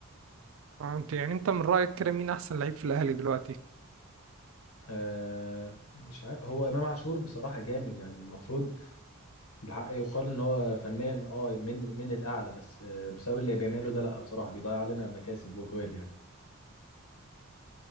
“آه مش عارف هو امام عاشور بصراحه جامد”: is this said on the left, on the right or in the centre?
Left